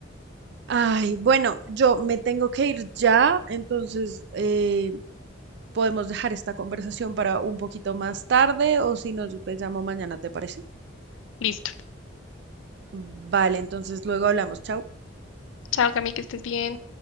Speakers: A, on the right; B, on the left.
A: Ay, bueno, yo me tengo que ir ya, entonces eh, podemos dejar esta conversación para un poquito más tarde o si no, yo te llamo mañana, ¿te parece?
B: Listo.
A: Vale, entonces luego hablamos. Chao.
B: Chao, Cami, que estés bien.